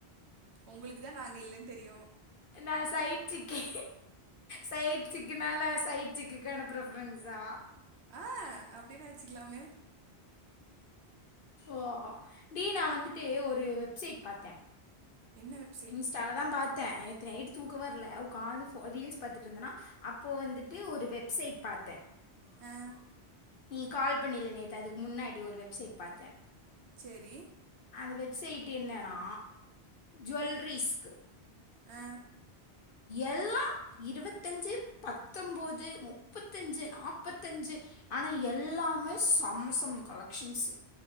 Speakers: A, on the right; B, on the left.
A: ஒங்களுக்கு தா நாங்க இல்லன் தெரியு
B: நா சைச்சிக்கி சைச்சிக்குனால சைட்சிக்குக்கான ப்ரஃபரன்ஸா
A: ஆ அப்டின்னே வச்சுக்கலாமே
B: ஓ டி நா வந்துட்டு ஒரு வெப்சைட் பாத்தே
A: என்ன வெப்
B: இன்ஸ்டால தா பாத்தே நேத்து நைட் தூக்கோ வர்ல காலலருந்து போ ரீல்ஸ் பாத்துட்டு இருந்தனா அப்போ வந்துட்டு ஒரு வெப்சைட் பாத்தே
A: அ
B: நீ கால் பண்ணில நேத்து அதுக்கு முன்னாடி ஒரு வெப்சைட் பாத்தே
A: சேரி
B: அந்த வெப்சைட்டு என்னனா ஜுவல்ரீஸ்க்கு
A: அ
B: எல்லா இருவத்தஞ்சு பத்தொம்போது முப்பத்தஞ்சு நாப்பத்தஞ்சு ஆனா எல்லாமே செம செம கலெக்ஷன்ஸு